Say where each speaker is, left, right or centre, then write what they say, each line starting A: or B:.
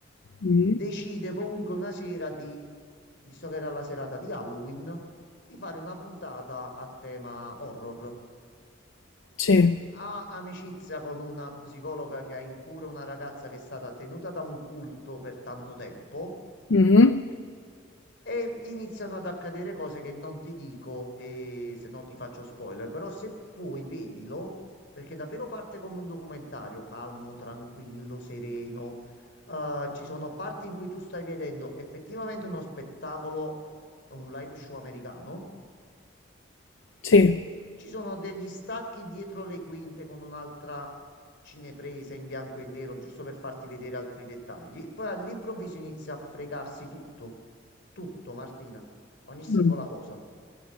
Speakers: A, on the left; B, on the left.
A: Mm.
B: decide comunque una sera di, visto che era la serata di Halloween, di fare una puntata a tema horror.
A: Sì.
B: Ha amicizia con una psicologa che ha in cura una ragazza che è stata tenuta da un culto per tanto tempo
A: Mhm.
B: e iniziano ad accadere cose che non ti dico e se no ti faccio spoiler, però se puoi vedilo perché davvero parte come un documentario, calmo, tranquillo, sereno. Eh, ci sono parti in cui tu stai vedendo effettivamente uno spettacolo, un live show americano.
A: Sì.
B: Ci sono degli stacchi dietro le quinte con un'altra cinepresa in bianco e nero, giusto per farti vedere altri dettagli. Poi all'improvviso inizia a fregarsi tutto, tutto, Martina, ogni singola
A: Mm.
B: cosa.